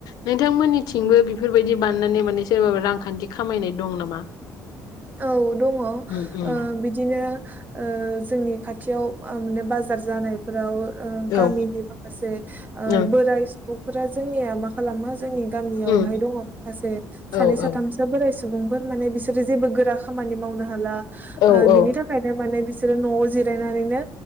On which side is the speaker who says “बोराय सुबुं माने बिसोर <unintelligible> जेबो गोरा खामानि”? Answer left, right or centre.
Right